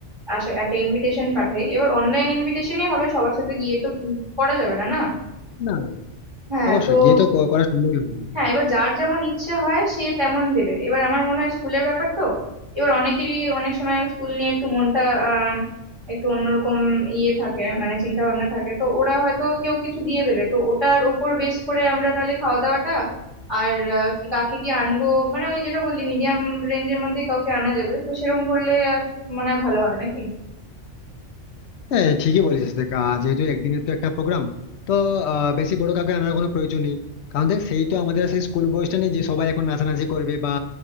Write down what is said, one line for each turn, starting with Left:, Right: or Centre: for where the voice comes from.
Right: আশা একটা ইনভিটেশন পাঠাই এবার অনলাইন ইনভিটেশনই হবে সবার সাথে গিয়ে তো উম, করা যাবে না না
Left: না
Right: হ্যাঁ
Left: অবশ্যই
Right: তো
Left: গিয়ে তো ক- করা সম্ভব হবে না।
Right: হ্যাঁ এবার যার যেমন ইচ্ছে হয় সে তেমন দেবে এবার আমার মনে হয় স্কুলের ব্যাপার তো এবার অনেকেরই অনেক সময় স্কুল নিয়ে একটু মনটা আহ, একটু অন্যরকম ইয়ে থাকে মানে চিন্তা ভাবনা থাকে তো ওরা হয়তো কেউ কিছু দিয়ে দেবে তো ওটার ওপর বেস করে আমরা তাহলে খাওয়া দাওয়াটা আর আহ, কি কাকে কি আনবো মানে ওই যেটা বললি মিডিয়াম রেঞ্জের মধ্যে কাউকে আনা যাবে তো সেরকম করলে আর মনে হয় ভালো হয় নাকি
Left: হ্যাঁ ঠিকই বলেছিস দেখ আহ, যেহেতু একদিনের তো একটা প্রোগ্রাম তো আহ, বেশি বড় কাউকে আনার কোনো প্রয়োজন নেই কারণ দেখ সেই তো আমাদের আর সেই স্কুল বয়সটা নেই যে সবাই এখন নাচানাচি করবে বা